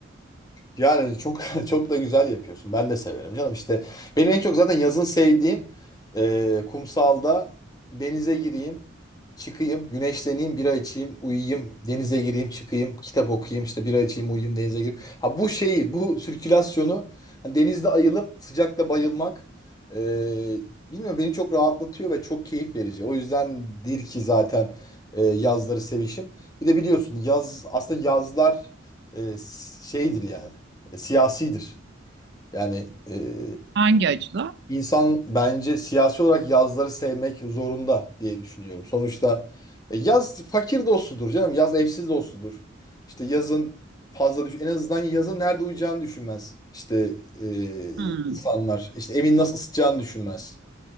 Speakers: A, on the left (about 20°); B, on the right (about 60°).
A: Yani çok <laughs> çok da güzel yapıyorsun. Ben de severim canım. İşte benim en çok zaten yazın sevdiğim e, kumsalda denize gireyim, çıkayım, güneşleneyim, bira içeyim, uyuyayım, denize gireyim, çıkayım, kitap okuyayım, işte bira içeyim, uyuyayım, denize gireyim. Ha bu şeyi, bu sirkülasyonu hani denizde ayılıp sıcakta bayılmak e, bilmiyorum beni çok rahatlatıyor ve çok keyif verici. O yüzdendir ki zaten e, yazları sevişim. Bir de biliyorsun yaz aslında yazlar e, şeydir yani e, siyasidir. Yani e,
B: Hangi açıdan?
A: insan bence siyasi olarak yazları sevmek zorunda diye düşünüyorum. Sonuçta e, yaz fakir dostudur canım. Yaz evsiz dostudur. İşte yazın fazla düş en azından yazın nerede uyuyacağını düşünmez. İşte e,
B: Hmm.
A: insanlar işte evin nasıl ısıtacağını düşünmez.